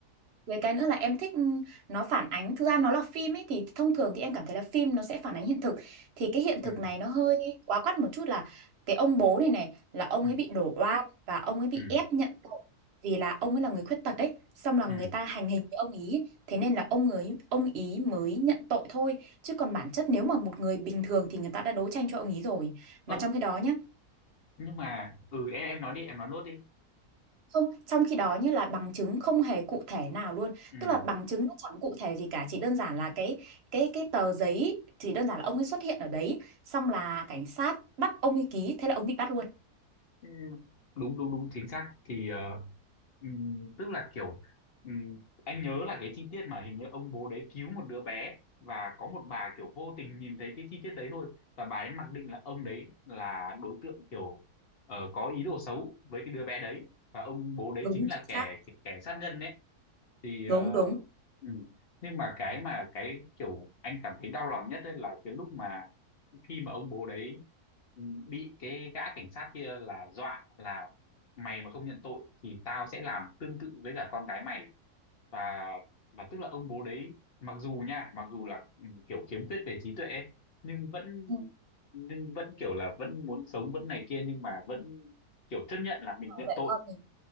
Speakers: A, on the right (about 50°); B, on the left (about 55°).
A: với cái nữa là em thích ừ, nó phản ánh thực ra nó là phim ấy thì thông thường thì em cảm thấy là phim nó sẽ phản ánh hiện thực thì cái hiện thực
B: ừ
A: này nó hơi quá quắt một chút là cái ông bố này này là ông
B: ừ
A: ấy bị đổ oan và ông ấy bị
B: ừ
A: ép nhận tội vì là ông ấy là người khuyết tật đấy. xong là người
B: ừ
A: ta hành hình cái ông ý thế nên là ông ấy ông ý mới nhận tội thôi chứ còn bản chất nếu mà một người bình thường thì người ta đã đấu tranh cho ông ý rồi
B: ơ
A: mà trong khi đó nhá
B: nhưng mà ừ em em nói đi em nói nốt đi
A: Không, trong khi đó như là bằng chứng không hề cụ thể nào luôn.
B: ừ
A: Tức là bằng chứng nó chẳng cụ thể gì cả, chỉ đơn giản là cái cái cái tờ giấy chỉ đơn giản là ông ấy xuất hiện ở đấy, xong là cảnh sát bắt ông ấy ký, thế là ông bị bắt luôn.
B: Ừ, đúng đúng đúng chính xác thì ờ, ừm, tức là kiểu ừm, anh nhớ là cái chi tiết mà hình như ông bố đấy cứu một đứa bé và có một bà kiểu vô tình nhìn thấy cái chi tiết đấy thôi và bà ấy mặc định là ông đấy là đối tượng kiểu ờ, có ý đồ xấu với cái đứa bé đấy và ông bố đấy
A: đúng
B: chính là
A: chính xác
B: kẻ kẻ sát nhân ấy thì ờ,
A: đúng đúng
B: ừ. nhưng mà cái mà cái kiểu anh cảm thấy đau lòng nhất ấy là cái lúc mà khi mà ông bố đấy ừ, bị cái gã cảnh sát kia là dọa là mày mà không nhận tội thì tao sẽ làm tương tự với cả con gái mày và và tức là ông bố đấy mặc dù nha mặc dù là ừ, kiểu khiếm khuyết về trí tuệ ấy, nhưng vẫn
A: Ừ.
B: nhưng vẫn kiểu là vẫn muốn sống vẫn này kia nhưng mà vẫn kiểu chấp nhận là mình
A: bảo
B: nhận
A: vệ
B: tội
A: con mình